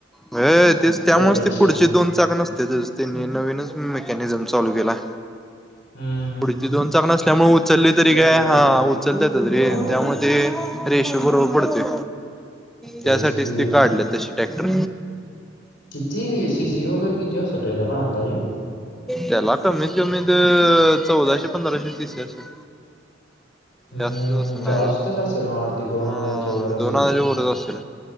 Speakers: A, in the centre; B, on the left.
A: अ तेच त्यामुळच
B: बॅलेन्सिंग
A: ते पुढचे दोन चाक नसत्यातच त्यांनी नवीनच मेकॅनिझम चालू केलाय.
B: हम.
A: पुढची दोन चाक नसल्यामुळ उचलली तरी काय
B: बरं
A: हा
B: का.
A: उचलत्यातच रे
B: हा
A: तेत्याच्यामुळं ते रेश गौरव पडतंय
B: तेच
A: त्यासाठीच
B: की
A: ते काढलेत तसे टॅक्टर
B: किती सी सी वगैरे किती असेल रे त्याला अंदाजे?
A: त्याला कमीत कमीत चौदाशे पंधराशे शी शी असलं.
B: हम्म
A: जास्तच असल नाही
B: जास्तच
A: त्यला.
B: असेल मला वाटते
A: अ
B: दोन हजारच्या वर असेल
A: दोनहजारच्या वरच असल.